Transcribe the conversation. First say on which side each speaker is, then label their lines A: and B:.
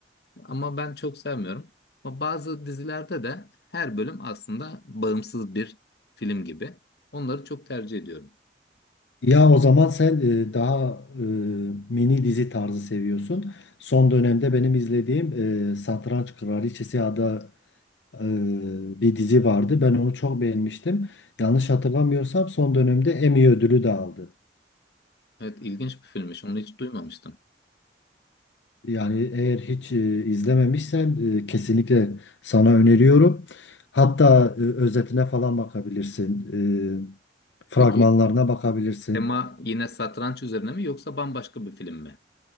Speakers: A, on the left (about 60°); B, on the left (about 80°).
A: Ama ben çok sevmiyorum. Ama bazı dizilerde de her bölüm aslında bağımsız bir film gibi. Onları çok tercih ediyorum.
B: Ya o zaman sen e, daha e, mini dizi tarzı seviyorsun. Son dönemde benim izlediğim e, Satranç Kraliçesi adı e, bir dizi vardı. Ben onu çok beğenmiştim. Yanlış hatırlamıyorsam son dönemde Emmy ödülü de aldı.
A: Evet ilginç bir filmmiş. Onu hiç duymamıştım.
B: Yani eğer hiç e, izlememişsen e, kesinlikle sana öneriyorum. Hatta e, özetine falan bakabilirsin. E, fragmanlarına
A: Peki
B: bakabilirsin.
A: Tema yine satranç üzerine mi yoksa bambaşka bir film mi?